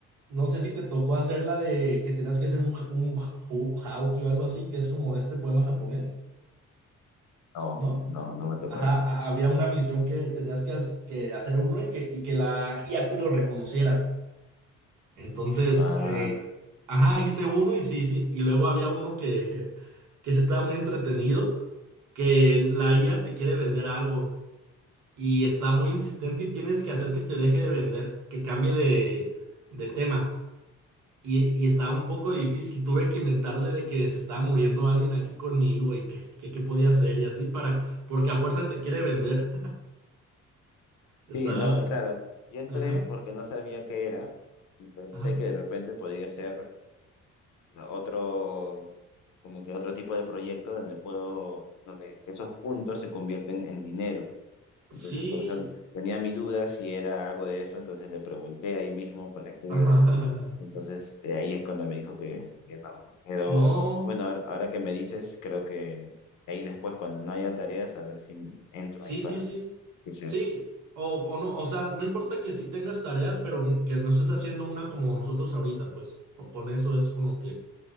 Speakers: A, on the right; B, on the left.
A: No sé si te tocó hacer la de que tenías que hacer un, j- un hu- hauki o algo así, que es como este poema japonés,
B: No,
A: ¿no?
B: no, no me tocó
A: Ajá,
B: esta.
A: a- había una misión que tenías que, has- que hacer uno y que, y que la IA te lo reconociera. Entonces,
B: Ah,
A: eh, ajá, hice uno y sí, sí. Y luego había uno que, que se estaba muy entretenido, que la IA te quiere vender algo y está muy insistente y tienes que hacer que te deje de vender, que cambie de, de tema. Y, y estaba un poco difícil, tuve que inventarle de que se estaba muriendo alguien aquí conmigo y que, que, qué podía hacer y así para, porque a fuerza te quiere vender. <laughs> Está,
B: sí, no, no, claro. Yo entré
A: ajá,
B: porque no sabía qué era y pensé
A: ajá.
B: que de repente podría ser otro, como que otro tipo de proyecto donde puedo, donde esos puntos se convierten en dinero. Entonces,
A: Sí,
B: por eso tenía mi duda si era algo de eso, entonces le pregunté ahí mismo para qué
A: ajá,
B: era.
A: <laughs> ajá, ajá.
B: Entonces, eh, ahí es cuando me dijo que, que no. Pero
A: No,
B: bueno, ahora, ahora que me dices, creo que ahí después, cuando no hayan tareas, a ver si entro
A: sí,
B: ahí
A: sí, sí.
B: que se
A: Sí,
B: hace?
A: o, o no, o sea, no importa que sí tengas tareas, pero mi- que no estés haciendo una como nosotros ahorita, pues. Con con eso es con lo que,